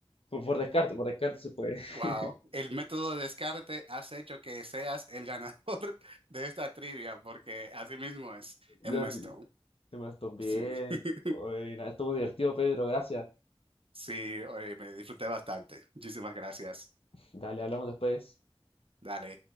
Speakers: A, on the left; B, on the right.
A: por, por descarte, por descarte se puede. <laughs>
B: Wow, el método de descarte has hecho que seas el ganador <laughs> de esta trivia, porque así mismo es Emma
A: Ya sí.
B: Stone.
A: Emma Stone, bien.
B: Sí, <laughs>
A: Buena. Estuvo divertido, Pedro, gracias.
B: sí, oye, me disfruté bastante. Muchísimas gracias.
A: Dale, hablamos después.
B: Dale.